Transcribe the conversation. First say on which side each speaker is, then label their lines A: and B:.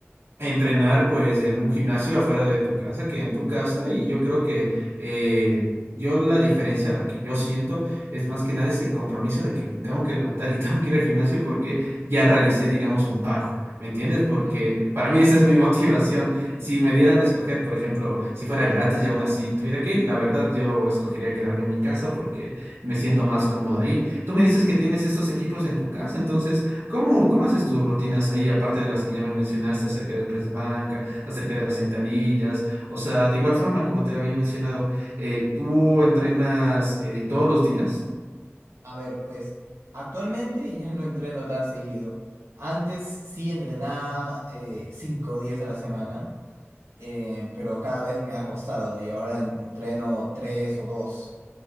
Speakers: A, on the right (about 60°); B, on the right (about 80°).
A: entrenar pues en un gimnasio afuera de tu casa que en tu casa y yo creo que eh, yo la diferencia la que yo siento es más que nada ese compromiso de que me tengo que levantar y <laughs> tengo que ir al gimnasio porque ya realicé digamos un pago. ¿Me entiendes? Porque
B: <laughs>
A: para mí esa es mi <laughs> motivación. Si me dieran a escoger, por ejemplo, si fuera gratis y aún así tuviera que ir, la verdad yo escogería quedarme en mi casa porque me siento más cómodo ahí. Tú me dices que tienes estos equipos en tu casa, entonces ¿Cómo, cómo haces tus rutinas ahí, aparte de las que ya me mencionaste acerca del press de banca, acerca de las sentadillas? O sea, de igual forma, como te había mencionado, eh, ¿tú entrenas eh, todos los días?
B: A ver, pues actualmente ya no entreno tan seguido. Antes sí entrenaba eh, cinco días a la semana, eh, pero cada vez me ha costado y ahora en- entreno tres o dos.